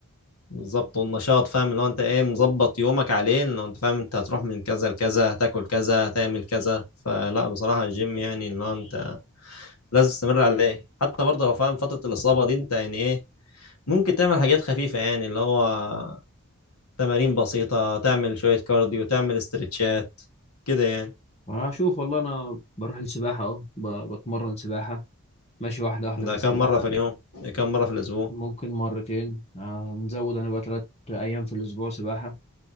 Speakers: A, on the left (about 80°); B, on the left (about 30°).
A: بالظبط والنشاط فاهم اللي هو أنت إيه مظبط يومك عليه لو أنت فاهم أنت هتروح من كذا لكذا هتاكل كذا هتعمل كذا فلا بصراحة الجيم يعني اللي هو أنت لازم تستمر عليه حتى برضه لو فاهم فترة الإصابة دي أنت يعني إيه ممكن تعمل حاجات خفيفة يعني اللي هو تمارين بسيطة تعمل شوية كارديو تعمل استرتشات كده يعني
B: وأنا أشوف والله أنا بروح السباحة أهو ب... بتمرن سباحة ماشي واحدة واحدة
A: ده
B: في السباحة
A: كم مرة في اليوم ده كم مرة في الأسبوع
B: ممكن مرتين آه، نزود انا بقى تلات ايام في الاسبوع سباحة